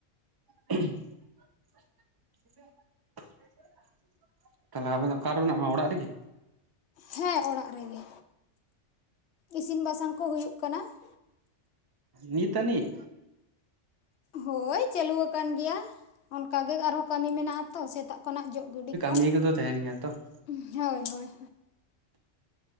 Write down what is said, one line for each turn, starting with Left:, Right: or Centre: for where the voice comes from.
Right: <inaudible> ᱛᱟᱦᱚᱞᱮ ᱟᱵᱮᱱ ᱫᱚ ᱚᱠᱟᱨᱮ ᱢᱮᱱᱟᱜ ᱵᱮᱱᱟ ᱚᱲᱟᱜ ᱨᱮᱜᱮ?
Left: ᱦᱮᱸ ᱚᱲᱟᱜ ᱨᱮᱜᱮ ᱤᱥᱤᱱ ᱵᱟᱥᱟᱝ ᱠᱚ ᱦᱩᱭᱩᱜ ᱠᱟᱱᱟ ᱾
Right: ᱱᱤᱛ ᱟᱹᱱᱤᱡ
Left: ᱦᱳᱭ ᱪᱟᱹᱞᱩ ᱟᱠᱟᱱ ᱜᱮᱭᱟ ᱾ ᱚᱱᱠᱟ ᱜᱮ ᱟᱨᱦᱚᱸ ᱠᱟᱹᱢᱤ ᱢᱮᱱᱟᱜ ᱟᱛᱚ ᱥᱮᱛᱟᱜ ᱠᱷᱚᱱᱟᱜ ᱡᱚᱜ ᱜᱤᱰᱤ ᱠᱚ
Right: ᱱᱤᱭᱟ ᱠᱚᱫᱚ ᱛᱟᱦᱮᱱ ᱜᱮᱭᱟ ᱛᱚ ᱾
Left: ᱦᱳᱭ ᱦᱳᱭ ᱦᱳᱭ᱾